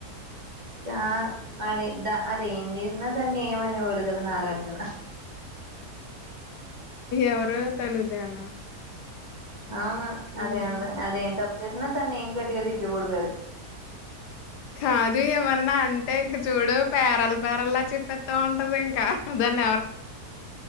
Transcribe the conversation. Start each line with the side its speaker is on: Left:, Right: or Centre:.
Right: ఆ అదే దా అది ఏం చేసినా దాన్ని ఏమని వాడు కదు నాగార్జున
Left: ఎవరు తనుజానా
Right: అవునా
Left: హ్మ్.
Right: అదే అంది అదే ఎంత చేసినా దాన్ని గట్టిగా తింటేవాడు కదు
Left: కాదు ఏమన్నా అంటే ఇంక చూడు పేరల్ పెరలా చెప్పేత్త ఉంటది ఇంకా దాన్